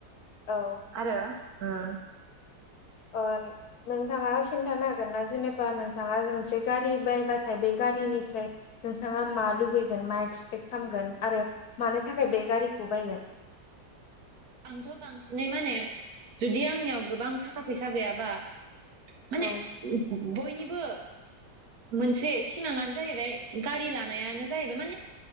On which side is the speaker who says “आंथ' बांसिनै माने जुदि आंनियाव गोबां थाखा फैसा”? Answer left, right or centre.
Right